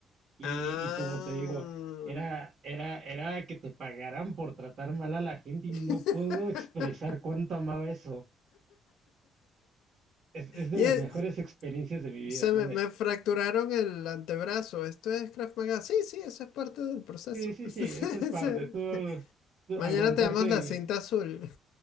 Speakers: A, on the right; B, on the left.
A: y,
B: Ah.
A: y como te digo, era, era, era que te pagaran por tratar mal a la gente
B: <laughs>
A: y no puedo expresar cuánto amaba eso. Es, es de
B: Y
A: las
B: el-
A: mejores
B: y
A: experiencias de mi vida,
B: se me,
A: donde,
B: me fracturaron el antebrazo. Esto es Krav Maga. Sí, sí, eso es parte del proceso.
A: sí, sí,
B: <laughs>
A: sí, eso es parte, tú, tú
B: Mañana
A: aguantarte,
B: tenemos la cinta
A: y-
B: azul.